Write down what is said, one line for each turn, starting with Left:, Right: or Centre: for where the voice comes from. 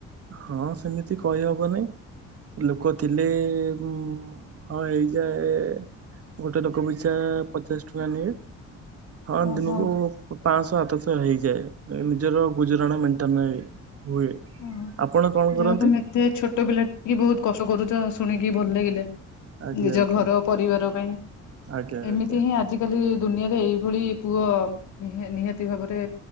Right: ହଁ ସେମିତି କହିହବନାଇଁ। ଲୋକ ଥିଲେ ହଁ ହେଇଯାଏ ଗୋଟେ ଲୋକପିଛା ପଚାଶ ଟଙ୍କା ନିଏ, ହଁ
Left: ଓହୋ
Right: ଦିନକୁ ପାଂଶହ, ଆଠଶ ହେଇଯାଏ ନିଜର ଗୁଜୁରାଣ ମେଣ୍ଟେନେ ହୁଏ।।
Left: ଓହୋ
Right: ଆପଣ କଣ କରନ୍ତି?
Left: ଯା ହଉ ତମେ ଏତେ ଛୋଟୋ ପିଲା ଟ ବୋହୁତ କଷ କରୁଚ ଶୁଣିକି ଭଲ ଲାଗିଲା।
Right: ଆଜ୍ଞା
Left: ନିଜ
Right: ଆଜ୍ଞା
Left: ଘର ପରିବାର ପାଇଁ,
Right: ଆଜ୍ଞା
Left: ଏମିତି
Right: ଆଜ୍ଞା
Left: ହିଁ ଆଜି ଆଜି କାଲି ଦୁନିଆରେ ଏଇଭଳି ପୁଅ ନିହା ନିହାତି ଭାବରେ